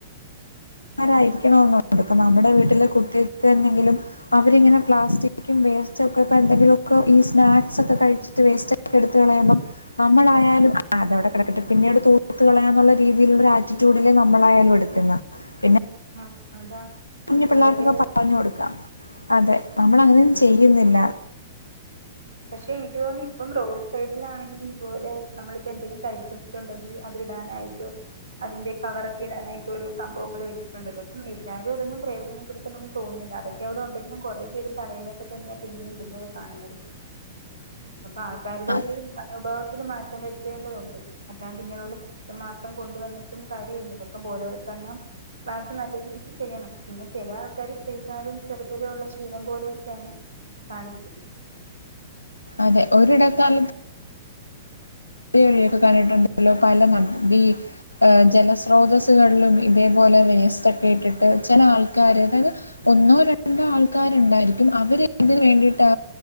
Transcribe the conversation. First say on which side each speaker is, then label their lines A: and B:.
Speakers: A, on the left; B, on the right.
A: മാരായിരിക്കണംന്ന് ഉണ്ട് നമ്മുടെ വീട്ടിലെ കുട്ടികൾക്ക് എന്നെങ്കിലും അവരിങ്ങനെ പ്ലാസ്റ്റിക്കും വേസ്റ്റോക്കെ പ്പഎന്തെിലുക്കെ ഈ സ്നാക്സ് ഒക്കെ കഴിച്ചിട്ട് വേസ്റ്റ് ക്കെ എടുത്ത്കളയുമ്പേ നമ്മളായാലും ആ അതവിടെ കിടക്കിട്ട് പിന്നീട് തൂത്ത് കളയാന്നുള്ള രീതിയിലുള്ള ഒരു ആറ്റിറ്റ്യൂഡില്ലേ നമ്മളായാലും എടുക്കുന്ന് പിന്നെ
B: ആ അതാ
A: കുഞ്ഞു പിള്ളേർക്കൊക്കെ
B: അതൊക്കെ അവര്
A: പറഞ്ഞു കൊടുക്കാം അതെ നമ്മൾ അങ്ങനെ ഒന്നും
B: അത്
A: ചെയ്യുന്നില്ല
B: ശരിയാ പക്ഷെ എനിക്ക് തോന്നുന്നു ഇപ്പം റോഡ് സൈഡിലാണെങ്കിലും ഇതുപോലെ നമ്മളിപ്പോ എന്തെങ്കിലും കഴിച്ചിട്ടുണ്ടെങ്കിൽ അതി ടാൻ ആയിട്ട് അതിന്റെ കവറൊക്കെ ഇടാനായിട്ട് ഒരു സംഭവങ്ങള് വെച്ചിട്ടുണ്ടല്ലോ അപ്പം എല്ലാരും അതൊന്നും പ്രയോജനപ്പെടുത്തണംന്ന് തോന്ന ന്നില്ല അതൊക്കെ അവിടെ ഉണ്ടെങ്കിലും കുറേ പേര് തറയിലൊക്കെ തന്നെയാ പിന്നിം ഇടുന്നത് കാണുന്നത് അപ്പൊ ആൾക്കാരുടെ
A: അ
B: ഒരു മനോഭാവം ഒത്തരി മാറ്റം വരുത്തേണ്ടതുണ്ട് അല്ലാണ്ട് ഇങ്ങനെയുള്ള മാത്രം കൊണ്ടുവന്നിട്ടും കാര്യം ഇല്ലല്ലോ ഇപ്പം ബോധവൽക്കരണ എണ്ണം ക്ലാസ് നല്ല രീതിക്ക് ചെയ്യണം പിന്നെ ചില ആൾക്കാർ ചെയ്താലും ചെറുതിലെ ഉള്ള ശീലം പോലെയൊക്കെയാണ് കാണിച്ചു
A: അതെ ഒരിടക്കാലത്ത് ടി വി യൊക്കെ കണ്ടിട്ടൊണ്ടങ്കില്ലും പല നദി ജലസ്രോതസ്സുകളിലും ഇതേപോലെ വെസറ്റ്ക്കെ ഇട്ടിട്ട് ചില ആൾക്കാര് അതായത് ഒന്നോ രണ്ടോ ആൾക്കാരുണ്ടായിരിക്കും അവര് ഇതിന് വേണ്ടിയിട്ട്